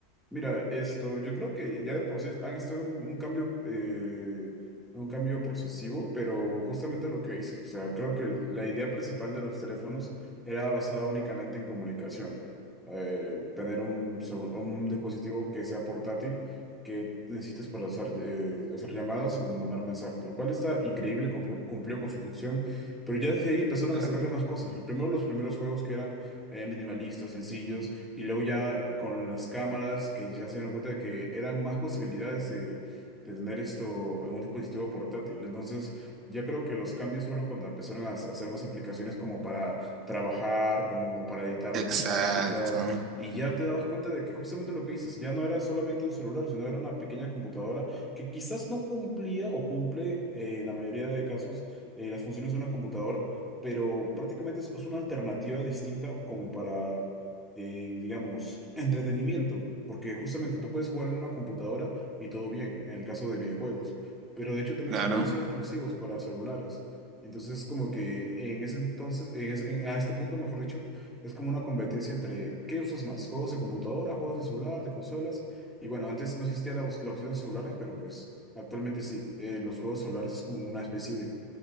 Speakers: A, in the centre; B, on the right.
A: Mira, esto, yo creo que ya de por sí han estado en un cambio, eh, un cambio procesivo, pero justamente lo que dices, o sea, creo que la idea principal de los teléfonos era basada únicamente en comunicación. Eh, tener un, so- un dispositivo que sea portátil, que necesites para hacer, eh, hacer llamadas o mandar mensajes, lo cual está increíble, cumplió, cumplió con su función, pero ya desde ahí empezaron
B: Claro.
A: a sacarle más cosas. Primero, los primeros juegos que eran eh, minimalistas, sencillos y luego ya con las cámaras que ya se dieron cuenta de que eran más posibilidades de, de tener esto en un dispositivo portátil. Entonces, ya creo que los cambios fueron cuando empezaron a, a hacer más aplicaciones como para trabajar, como para editar música.
B: Exacto,
A: Y ya te dabas cuenta de que justamente lo que dices, ya no era solamente un celular, sino era una pequeña computadora que quizás no cumplía o cumple eh, en la mayoría de casos eh, las funciones de una computadora. Pero prácticamente es es una alternativa distinta como para eh, digamos, entretenimiento, porque justamente tú puedes jugar en una computadora y todo bien, en el caso de videojuegos, pero de hecho también
B: claro.
A: hay juegos exclusivos para celulares. Entonces, como que en ese entonces, en ese- en- a este punto, mejor dicho, es como una competencia entre qué usas más, juegos de computadora, juegos de celular, de consolas. Y bueno, antes no existía la, op- la opción de celulares, pero pues actualmente sí. Eh, los juegos celulares es como una especie